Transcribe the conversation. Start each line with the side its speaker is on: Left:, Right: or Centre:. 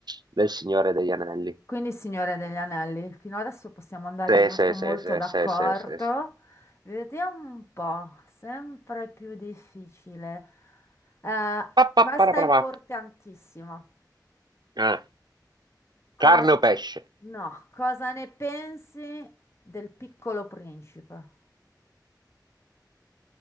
Right: del
Left: Sì.
Right: Signore degli Anelli.
Left: Quindi, Signore degli Anelli, fino adesso possiamo andare
Right: Sì,
Left: molto
Right: sì, sì,
Left: molto
Right: sì,
Left: d'accordo.
Right: sì, sì, sì, sì.
Left: Vediamo un po', sempre più difficile. Eh,
Right: Pa, pa,
Left: questa
Right: para, para,
Left: è importantissima.
Right: pa. Eh,
Left: Cosa...
Right: Carne o pesce
Left: No, cosa ne pensi del Piccolo Principe?